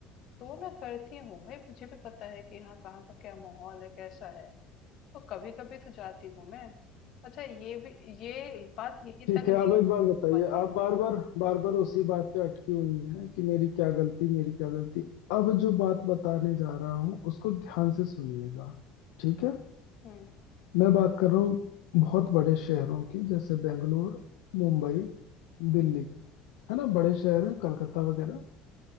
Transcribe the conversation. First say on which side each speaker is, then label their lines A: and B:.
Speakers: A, on the left; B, on the left.
A: तो वो मैं करती हूँ भाई मुझे भी पता है कि हाँ कहाँ का क्या माहौल है कैसा है तो कभी कभी तो जाती हूँ मैं अच्छा ये भी ये बात यही
B: ठीक
A: तक
B: है
A: नहीं
B: अब एक
A: हो
B: बात बताइए
A: पाती
B: आप बार बार बार बार उसी बात पे अटकी हुई हैं कि मेरी क्या गलती मेरी क्या गलती अब जो बात बताने जा रहा हूँ उसको ध्यान से सुनिएगा ठीक है
A: हम्म
B: मैं बात कर रहा हूँ बहुत बड़े शहरों की जैसे बेंगलोर मुंबई दिल्ली है ना बड़े शहर हैं कलकत्ता वगैरह